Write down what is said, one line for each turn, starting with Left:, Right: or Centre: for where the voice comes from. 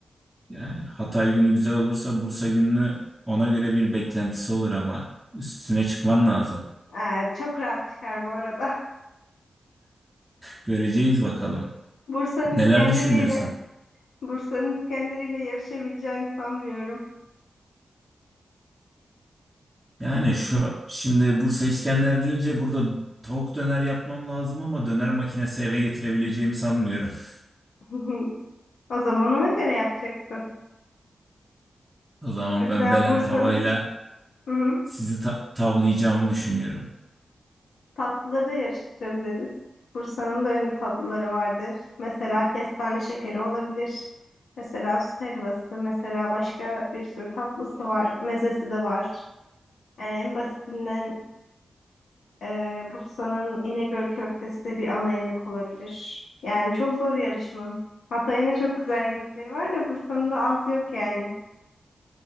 Right: Yani Hatay günü güzel olursa Bursa gününü ona göre bir beklentisi olur ama üstüne çıkman lazım.
Left: Ee, çok rahat çıkar bu arada.
Right: Göreceğiz bakalım.
Left: <laughs> Bursa'nın
Right: Neler
Left: İskenderiyle
Right: düşünüyorsun?
Left: Bursa'nın İskenderiyle yarışabileceğini sanmıyorum.
Right: Yani şu şimdi Bursa İskender deyince burada tavuk döner yapmam lazım ama döner makinesi eve getirebileceğimi sanmıyorum. <laughs>
Left: <laughs> O zaman ona göre yapacaksın.
Right: O zaman
Left: Mesela
Right: ben belen
Left: Bursa'nın
Right: tavayla
Left: hı hı,
Right: sizi ta- tavlayacağımı düşünüyorum.
Left: tatlıları da yarıştırabiliriz. Bursa'nın da ünlü tatlıları vardır. Mesela kestane şekeri olabilir. Mesela süt helvası, mesela başka bir sürü tatlısı var. Mezesi de var. Yani en basitinden e, Bursa'nın İnegöl köftesi de bir ana yemek olabilir. Yani çok zor yarışma. Hatay'ın da çok güzel yemekleri var da Bursa'nın da az yok yani.